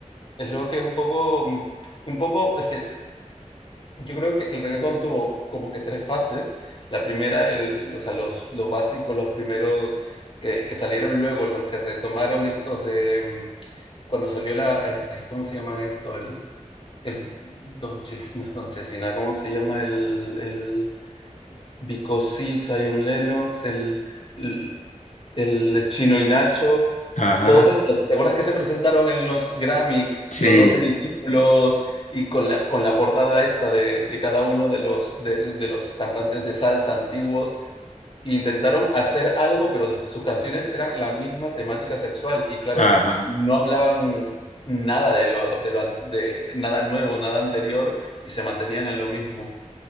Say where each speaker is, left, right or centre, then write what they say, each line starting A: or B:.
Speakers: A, on the left (about 40°); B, on the left (about 65°).
A: Es lo que es un poco, mm, un poco, es que yo creo que el reggaetón tuvo como que tres fases. La primera, el, o sea, los, los básicos, los primeros que, que salieron luego, los que retomaron estos de mm, cuando salió la, eh, ay, ¿cómo se llaman esto? El, El Don Ches- no es Don Chesina, ¿cómo se llama? El, el Bicosí, Zion Lennox, el, el, el Chino y Nacho,
B: Ajá,
A: todos estos. ¿Te acuerdas que se presentaron en los Grammy,
B: sí,
A: los 12 discípulos, y con la, con la portada esta de, de cada uno de los, de, de los cantantes de salsa antiguos? intentaron hacer algo, pero sus canciones eran la misma temática sexual y claro,
B: ajá.
A: no hablaban nada de lo, de lo de nada nuevo, nada anterior y se mantenían en lo mismo,